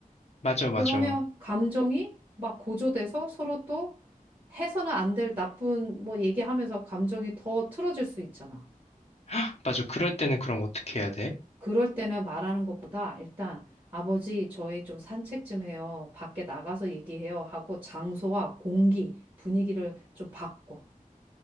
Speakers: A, on the left; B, on the right.
A: 맞아,
B: 그러면
A: 맞아. <gasps>
B: 감정이 막 고조돼서 서로 또 해서는 안 될 나쁜 뭐 얘기하면서 감정이 더 틀어질 수 있잖아.
A: 헉, 맞아. 그럴 때는 그럼 어떻게 해야 돼?
B: 그럴 때는 말하는 것보다 일단 아버지 저희 좀 산책 좀 해요. 밖에 나가서 얘기해요. 하고 장소와 공기, 분위기를 좀 바꿔.